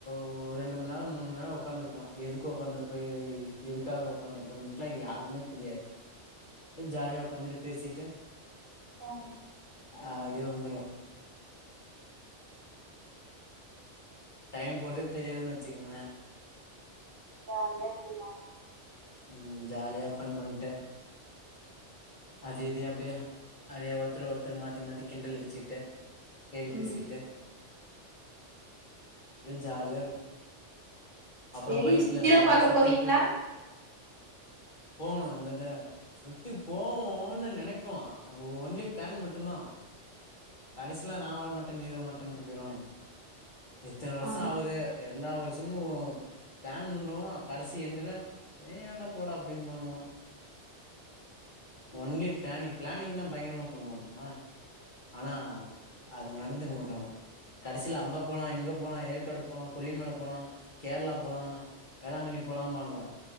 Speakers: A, on the left (about 45°); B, on the right (about 50°).
A: ஒரு ரெண்டு மண் நேரோ மூனு மண் நேரோ உக்காந்திருப்போ எதுக்கு ஒக்காந்துருப்போ எ எதுக்காக ஒக்காந்திருக்கன்ட்லா யாருக்குமேத் தெரியாது ஜாலியா ஒக்காந்திரு பேசிட்டு
B: ம்
A: ஆடியோ வந்துருவோ டைம் போறதே தெரியாதுன் வச்சிக்கிங்ளே
B: ஜாலியா இருப்பிங்க
A: ம் ஜாலியா ஃபன் பண்ட்டு அது இதியு அப்டியே அடியே ஒருத்தரு ஒருத்தரு மாத்தி மாத்தி கிண்டல் அடிச்சிட்டு கேலி பேசிட்டே
B: ம்
A: ஒரே ஜாலியாருக்கு அப்ற
B: வெளிய
A: பைக்ல
B: சுத்திலா
A: நல்லா
B: பாக்க
A: சுத்திட்டு
B: போவீங்களா
A: போவுணு இந்த தர சுத்திப் போவோன்னு நெனைப்போ அங் ஒன்லி பிளான் மட்டுந்தா கடைசில நா வரமாட்டே நீ வரமாட்டேனுட்டு போய்ருவானுங் எத்தன வருஷ
B: ஆ
A: ஆவுது எல்லா வருஷமு பிளான் பண்டுவோ கடைசி எண்டுல ஏ ஏன்டா போடாப் அப்டிம்பானுவ ஒன்லி பிளானிங் பிளானிங்லா பயங்கரமா பண்ணுவோம்மா ஆனா அது நடந்துக்க மாட்டனுங்க கடைசில அங்கப் போலா இங்கப் போலா ஏற்காடு போலா கொல்லிமல போலா கேர்ளா போலா வேளாங்கண்ணி போலாம்பானுவ